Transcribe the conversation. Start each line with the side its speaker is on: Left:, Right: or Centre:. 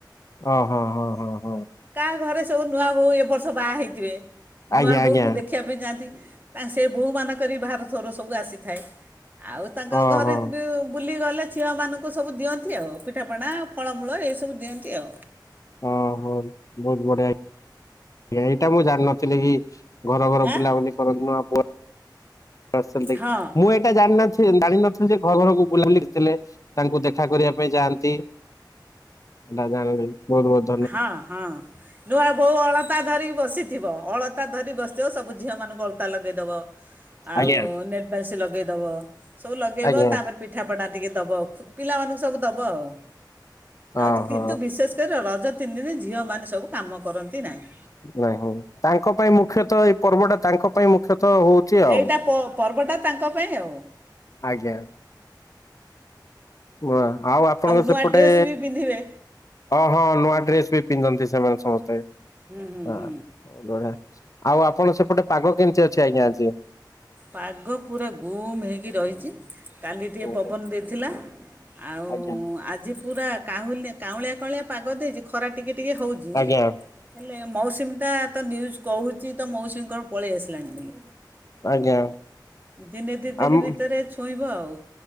Left: ହଁ ହଁ ହଁ ହଁ ହଁ।
Right: କାହା ଘରେ ସବୁ ନୂଆ ବୋହୁ ଏ ବର୍ଷ ବାହା ହେଇଥିବେ
Left: ଆଜ୍ଞା
Right: ନୂଆ ବୋହୂକୁ
Left: ଆଜ୍ଞା
Right: ଦେଖି ଖିବା ପାଇଁ ଯାଆନ୍ତି ତାଙ୍କ ସେ ବୋଉମାନଙ୍କର ଭି ଭାର ଥୋର ସବୁ ଆସିଥାଏ। ଆଉ ତାଙ୍କ
Left: ଓହୋ
Right: ଘରେ ଦୁ ବୁଲିଗଲେ ଝିଅମାନଙ୍କୁ ସବୁ ଦିଅନ୍ତି ଆଉ। ପିଠାପଣା ଫଳମୂଳ ଏଇସବୁ ଦିଅନ୍ତି ଆଉ।
Left: ହଁ ହଁ ବହୁତ ବଢିଆ। ଏଇଟା ମୁଁ ଜାଣିନଥିଲି କି ଘର ଘର
Right: ହାଁ
Left: ବୁଲାବୁଲି କରନ୍ତି ନୂଆ ଆସନ୍ତି
Right: ହଁ
Left: ମୁଁ ଏଇଟା ଜାଣିନ ଜାଣିନଥିଲି ଯେ ଘର ଘରକୁ ବୁଲାବୁଲି କରିଥିଲେ ତାଙ୍କୁ ଦେଖା କରିବା ପାଇଁ ଯାଆନ୍ତି। ଦାଦା ଙ୍କ ଘରୁ। <unintelligible>
Right: ହଁ ହଁ ନୂଆ ବୋହୁ ଅଳତା ଧରିକି ବସିଥିବ ଅଳ ତା ଧରିକି ବସିଥିବ ସବୁ ଝିଅ ମାନଙ୍କୁ ଅଳତା ଲଗେଇଦବ ଆଉ
Left: ଆଜ୍ଞା।
Right: ନେଲ ପାଲିସୀ ଲଗେଇଦବ। ସବୁ ଲଗେଇବ
Left: ଆଜ୍ଞା
Right: ତାପରେ ପିଠାପଣା ଟିକେ ଦବ ଆଉ ପିଲାମାନଙ୍କୁ ସବୁ ଦବ ଆଉ।
Left: ଓହୋ
Right: ଆଉ କିନ୍ତୁ ବିଶେଷ କରି ରଜ ତିନି ଦିନ ଝିଅମାନେ ସବୁ କାମ କରନ୍ତି ନାହିଁ।
Left: ନାଇଁଁ ତାଙ୍କ ପାଇଁ ମୁଖ୍ୟତଃ ପର୍ବଟା ତାଙ୍କ ପାଇଁ ମୁଖ୍ୟତଃ ହଉଛି ଆଉ
Right: ଏଇଟା ପର୍ବଟା ତାଙ୍କ ପାଇଁ ଆଉ
Left: ଆଜ୍ଞା। ଆ ଆଉ ଆପଣଙ୍କ
Right: ନୂଆ
Left: ସେପଟେ
Right: ଡ୍ରେସ୍ ବି ପିନ୍ଧିବେ
Left: ହଁ ହଁ ନୂଆ ଡ୍ରେସ ବି ପିନ୍ଧନ୍ତି ସେମାନେ ସମସ୍ତେ।
Right: ହୁଁ ହୁଁ
Left: ହଁ
Right: ହୁଁ
Left: ଢଆ ଆଉ ଆପଣଙ୍କ ସେପଟେ ପାଗ କେମିତି ଅଛି ଆଜ୍ଞା ଆଜି?
Right: ପାଗ ପୁରା ଗୁମ୍ ହେଇକି ରହିଛି। କାଲି ଟିକିଏ
Left: ଓହୋ
Right: ପବନ ଦେଇଥିଲା ଆଉ
Left: ଆଜ୍ଞା।
Right: ଆଜି ପୁରା କାହୁଲି କାଉଁଳିଆ କାଉଁଳିଆ ପାଗ ଦେଇଛି ଖରା ଟିକେ ଟିକେ ହେଉଛି।
Left: ଆଜ୍ଞା
Right: ହେଲେ ମୌସୁମୀଟା ତ ନ୍ୟୁଜ୍ କହୁଛି ତ ମୌସୁମୀ କଣ ପଳେଇ ଆସିଲାଣି ବୋଲି।
Left: ଆଜ୍ଞା।
Right: ଦିନେ ଦୁଇ ଦିନ
Left: ଆମ
Right: ଭିତରେ ଛୁଇଁବ ଆଉ